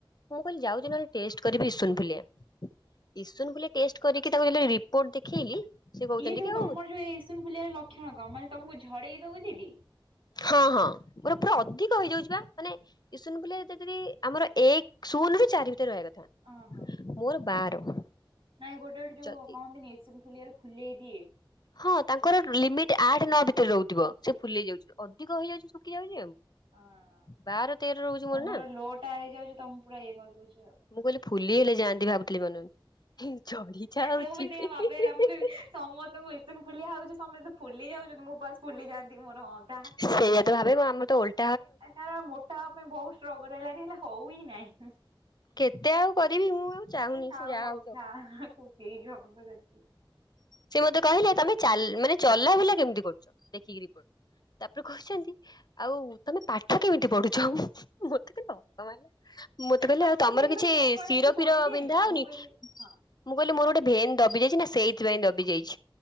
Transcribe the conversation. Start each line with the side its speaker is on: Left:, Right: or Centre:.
Left: ମୁଁ କହିଲି ଯାଉଚି ନହେଲେ ଟେଷ୍ଟ କରିବି ଇସନଫୁଲିଆ ଇସନଫୁଲିଆ ଟେଷ୍ଟ କରିକି ତାକୁ <unintelligible> ରିପୋର୍ଟ ଦେଖେଇଲି। ସେ କହୁଛନ୍ତି
Right: ଇଏ ଯୋଉ
Left: କି
Right: ତମର
Left: ଆଉ
Right: ଯୋଉ ଏଇ ଏସନଫୁଲଆ ର ଲକ୍ଷଣ କଁ ମାନେ ତମକୁ ଝଡେଇ ଦୋଉଚି ଟି।
Left: ହଁ ହଁ ମୋରୋ ପୁରା ଅଧିକ ହେଇଯାଉଚି ପା ମାନେ ଇସନଫୁଲିଆ ଯେ ଯଦି ଆମର ଏକ ସୁନରୁ ଚାରି ଭିତରେ ରହିବା କଥା।
Right: ଅହଁ।
Left: ମୋରୋ ବାର।
Right: ନାଇଁ ଗୋଟେ ଗୋଟେ ଯୋଉ
Left: ଯଦି
Right: କହନ୍ତିନି ଏସନଫୁଲିଆରୁ ଫୁଲେଇ ଦିଏ।
Left: ହଁ ତାଙ୍କର ଲିମିଟ୍ ଆଠ ନଅ ଭିତରେ ରୋହୁଥୁବ ସେ ଫୁଲେଇ ଯାଉଛି ଅଧିକ ହେଇଯାଉଛି ଶୁଖି ଯାଉଚି ଆଉ।
Right: ହଁ
Left: ବାର ତେର ରହୁଛି ମୋର
Right: ତମର
Left: ନା
Right: ଲୋ ଟା ହେଇଯାଉଚି ତମ ପୁରା ଇଏ କରିଦୋଉଚି ଆଉ।
Left: ମୁଁ କହିଲି ଫୁଲି ହେଲେ ଯାଆନ୍ତି ଭାବୁଥିଲି ମନେ ମନେ ହିଁ ଝଡି ଯାଉଚି
Right: ମୁଁ ବି ସେଇଆ
Left: <unintelligible>
Right: ଭାବେ ହେଲା ମୁଁ କହିବି ସମସ୍ତଙ୍କୁ ଇସନଫୁଲିଆ ହୋଉଚି ସମସ୍ତେ ଫୁଲି ଯାଉଚନ୍ତି ମୁ ବାସ୍ ଫୁଲି ଯାଆନ୍ତି କି ମୋର ହନ୍ତା।
Left: ସେଇଆ ତ ଭାବିବ ଆମର ତ ଓଲ
Right: ଏ ଛାଡ଼ ମୋଟା ହବା ପାଇଁ ବହୁତ ଷ୍ଟ୍ରଗଲ ହେଲାଣିି ହେଲେ ହଉ ହି ନାଇଁ ହୁଁ। ସେ
Left: କେତେ ଆଉ କରିବି ମୁଁ ଆଉ ଚାହୁଁନି
Right: ଥାଉ
Left: ସେ ଯାହା
Right: ବଗୁଠା
Left: ହଉଛି ହଉ।
Right: ଖୁସି ହେଇଯିବ ଅବଶ୍ୟ ଦେଖିକି
Left: ସେ ମତେ କହିଲେ ତମେ ଚାଲ ମାନେ ଚଲା ବୁଲା କେମିତି କରୁଛ? ଦେଖିକି ରିପୋର୍ଟ ତାପରେ କହୁଛନ୍ତି ଆଉ ତମେ ପାଠ କେମିତି ପଢୁଛ? ମୋତେ ଖାଲି ହସ ମାଇଲା ମତେ କହିଲେ
Right: ତମେ
Left: ଆଉ ତମର
Right: ଏମିତି କେବେ
Left: କିଛି
Right: ଚକର
Left: ଶିର
Right: ଆସି ପଡିଯାଇନ
Left: ଫିର ବିନ୍ଧା ହଉନି?
Right: ମୁଁ କହିଲି ହଁ।
Left: ମୁଁ କହିଲି ମୋର ଗୋଟେ ଭେନ୍ ଦବି ଯାଇଛି ନା ସେଇଥିପାଇଁ ଦବି ଯାଇଛି